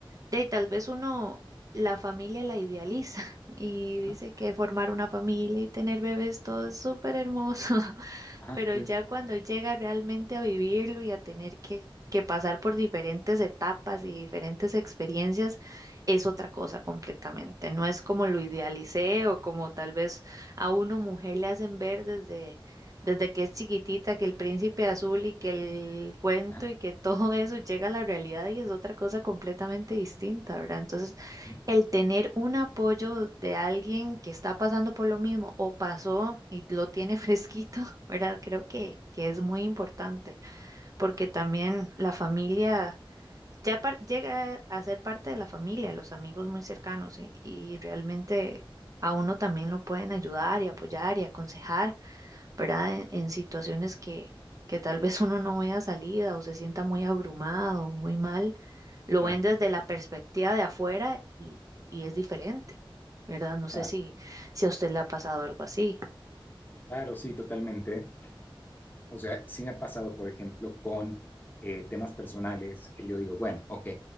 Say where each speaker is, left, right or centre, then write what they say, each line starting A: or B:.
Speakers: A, on the right; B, on the left.
A: de ahí tal vez uno la familia la idealiza <laughs> y
B: Ajá,
A: dice que formar una familia y tener bebés todo es súper hermoso, <laughs>
B: ajá,
A: pero
B: sí,
A: ya cuando llega realmente a vivirlo y a tener que, que pasar por diferentes etapas y diferentes experiencias, es otra cosa completamente. No es como lo idealicé o como tal vez a uno mujer le hacen ver desde desde que es chiquitita, que el príncipe azul y que el cuento
B: ajá,
A: y que <laughs> todo eso llega a la realidad y es otra cosa completamente distinta, ¿verdad? Entonces,
B: ujú,
A: el tener un apoyo de alguien que está pasando por lo mismo o pasó y lo tiene fresquito, <laughs> ¿verdad? Creo que, que es muy importante porque también la familia... Ya par- llega a ser parte de la familia, los amigos muy cercanos y y realmente a uno también lo pueden ayudar y apoyar y aconsejar. ¿verdad? En, en situaciones que, que tal vez uno no vea salida o se sienta muy abrumado, muy mal, lo
B: claro,
A: ven desde la perspectiva de afuera y, y es diferente, ¿verdad? No
B: claro,
A: sé si, si a usted le ha pasado algo así.
B: claro, sí, totalmente. O sea, sí me ha pasado, por ejemplo, con eh, temas personales que yo digo, bueno, ok,